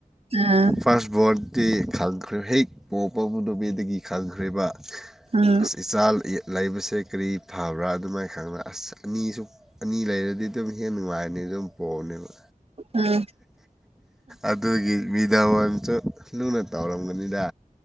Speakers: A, on the right; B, in the centre.
A: ꯑꯥ
B: ꯐꯥꯔꯁ ꯕꯣꯔꯠ ꯇꯤ ꯈꯪꯈ꯭ꯔ ꯍꯦꯛ ꯄꯣꯛꯄ ꯅꯨꯃꯤꯗꯒꯤ ꯈꯪꯈ꯭ꯔꯤꯕ
A: ꯑꯥ
B: ꯑꯁ ꯏꯆꯥ ꯂꯩꯕꯁꯦ ꯀꯔꯤ ꯐꯕ꯭ꯔꯥ ꯑꯗꯨꯃꯥꯏ ꯈꯪꯅ ꯑꯁ ꯑꯅꯤꯁꯨ ꯑꯅꯤ ꯂꯩꯔꯗꯤ ꯑꯗꯨꯝ ꯍꯦꯟ ꯅꯨꯡꯉꯥꯏꯕꯅꯤ ꯑꯗꯨꯝ ꯄꯣꯛꯑꯕꯅꯦꯕ꯫
A: ꯑꯥ
B: ꯑꯗꯨꯒꯤ ꯃꯤꯗꯜꯋꯥꯏꯔꯝꯁꯨ ꯂꯨꯅ ꯇꯧꯔꯝꯒꯅꯤꯗ